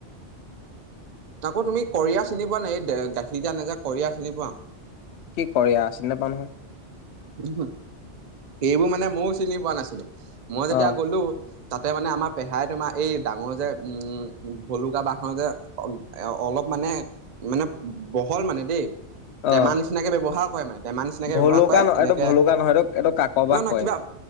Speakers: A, on the left (about 70°); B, on the right (about 45°).
A: <unintelligible>
B: আকৌ তুমি কয়া চিনি পোৱা নাই এই গাখীৰ যা নেযা কয়া চিনি পোৱা?
A: কি কৰিয়া চিনি নাপাও নহয়।
B: সেইবোৰ মানে ময়ও চিনি পোৱা নাছিলো মই যেতিয়া
A: অ'
B: গ'লো তাতে মানে আমাৰ পেহাই তোমাৰ এই ডাঙৰ যে উম ভলুকা বাঁহৰ যে অলপ মানে মানে বহল মানে দেই টেমা
A: অ'
B: নিচিনাকে ব্যৱহাৰ কৰে মানে। টেমাৰ নিচিনাকৈ
A: ভলুকা
B: ব্যৱহাৰ কৰে
A: ন
B: তেনেকে
A: এইটো ভলুকা নহয় এইটো এইটো কাকবাহ
B: নহয় নহয়
A: কয়।
B: কিবা।